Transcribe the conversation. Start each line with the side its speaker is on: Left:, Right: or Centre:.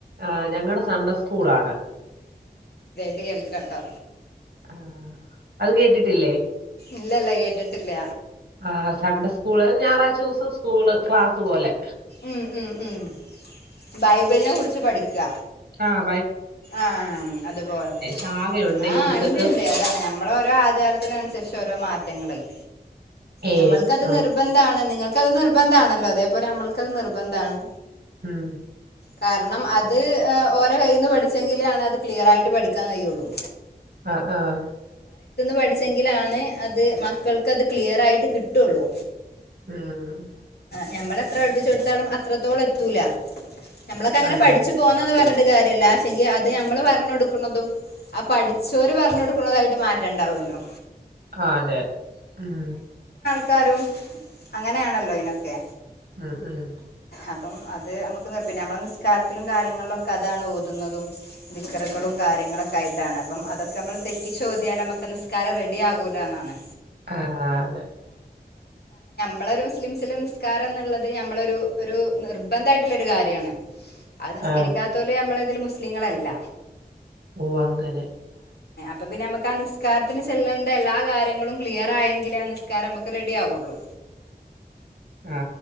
Right: ആ ഞങ്ങളടെ സൺഡേ സ്കൂള ആണ്
Left: കേൾക്കനുണ്ടോ
Right: ആഹ അത് കേട്ടിട്ടില്ലേ
Left: ഇല്ലല്ല കേട്ടിട്ടില്ല
Right: ആഹ് സൺഡേ സ്കൂള് ഞായറാഴ്ച ദിവസം സ്കൂള് ക്ലാസ് പോലെ
Left: ഉം ഉം ഉം ബൈബിളിനെ കുറിച്ച് പഠിക്കുക
Right: ആഹ്
Left: ആഹ അതുപോലെ
Right: ശാഖയുണ്ട്
Left: ആ
Right: ഹിന്ദുക്കൾക്ക്
Left: ഇണ്ട് ഇണ്ട് അതാണ് ഞമ്മള ഓരോ ആചാരത്തിനനുസരിച്ച് ഓരോ മാറ്റങ്ങളേയ്
Right: ഏ
Left: ഞമ്മൾക്കത്
Right: ആ
Left: നിർബന്ധമാണ് നിങ്ങൾക്ക്? നിങ്ങൾക്ക് അത് നിർബന്ധ ആണല്ലോ അതേപോലെ നമ്മൾക്കത് നിർബന്ധമാണ്
Right: ഉം
Left: കാരണം അത് ഓരോ കയ്യിൽന്ന് പഠി പടിച്ചെങ്കിലെ അത്ക്ലിയറായിട്ട് പഠിക്കാൻ കഴിയള്ളൂ
Right: ആഹ ആഹ
Left: പഠിച്ചെങ്കിലാണ് അത് മക്കൾക്ക് അത് ക്ലിയർ ആയിട്ട് കിട്ടുള്ളൂ
Right: ആഹ ആ
Left: ഞമ്മളെത്ര പഠിപ്പിച്ചെടുത്തോളും അത്രത്തോളം എത്തൂല നമ്മളൊക്കെ അങ്ങന
Right: അതെ
Left: പഠിച്ചു പോന്നൂന്ന് പറ പ്പണ്ട്കാര്യല്ല ച്ചെങ്കി അത് നമ്മള് പറഞ്ഞ് കൊടുക്ക്ണതും ആ പഠിച്ചോര് പറഞ്ഞ് കൊടുക്കുന്നതായിട്ടും മാറ്റേണ്ടാവല്ലോ
Right: ആ അതെ ഉം
Left: ക്കാരും അങ്ങനെയാണല്ലോ അയ്നൊക്കെ
Right: ഉം ഉം
Left: അപ്പം അത് നമുക്ക് നിർ പിന്നെ നമ്മള് നിസ്കാരത്തിലും കാര്യങ്ങളിലും ഒക്കെ അതാണ് ഓത് തുന്നതും ദിക്കർകളും കാര്യങ്ങളൊക്കെ ആയിട്ടാണ് അപ്പം അതൊക്കെ നമ്മൾ തെറ്റിച്ചോതിയാൽ നമ്മക്ക് നിസ്കാരം റെഡി ആകൂല എന്നാണ്
Right: ആഹ അതെ
Left: നമ്മള് ഒരു മുസ്ലിംസിലെ നിസ്കാരം എന്നുള്ളത് ഞമ്മളൊരു ഒരു നിർബന്ധ ആയിട്ടുള്ള ഒരു കാര്യമാണ് അത് നിസ്കരിക്കാത്തോല്
Right: ആ
Left: അമ്മള്‌ <unintelligible> മുസ്ലീങ്ങളല്ല
Right: ഓ അങ്ങനെ
Left: അപ്പ പിന്നെ അമ്മക്ക് നിസ്കാരത്തിന് ചെല്ലൽ ണ്ട എല്ലാ കാര്യങ്ങളും ക്ലിയർ ആയെങ്കിലേ ആ നിസ്കാരം ഞമ്മക്ക് റെഡി ആവുള്ളൂ
Right: ആ